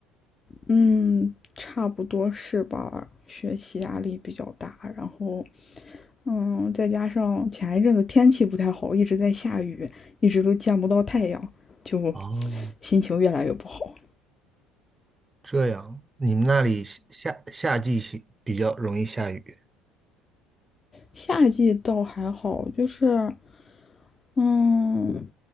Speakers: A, on the left; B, on the right.
A: 嗯，差不多是吧？学习压力比较大，然后，嗯，再加上前一阵子天气不太好，一直在下雨，一直都见不到太阳，就
B: 哦，
A: 心情越来越不好。
B: 这样，你们那里夏夏夏季是比较容易下雨。
A: 夏季倒还好，就是嗯，